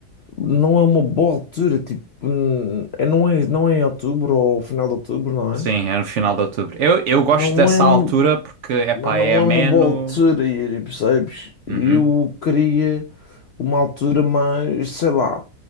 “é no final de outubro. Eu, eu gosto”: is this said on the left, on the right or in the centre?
Right